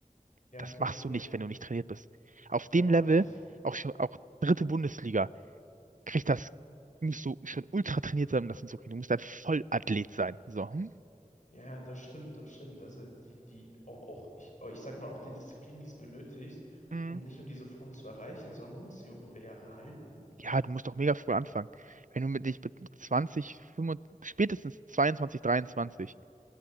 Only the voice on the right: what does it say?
Das
machst
du nicht, wenn du nicht trainiert bist. Auf dem
Level, auch schon, auch dritte Bundesliga, kriegt das, musst du schon ultra trainiert sein, um das hinzukriegen. Du musst ein Vollathlet sein. So. hm?
Mhm.
Ja, du musst doch mega früh anfangen. Wenn du mit dich mit 20, 25, spätestens 22, 23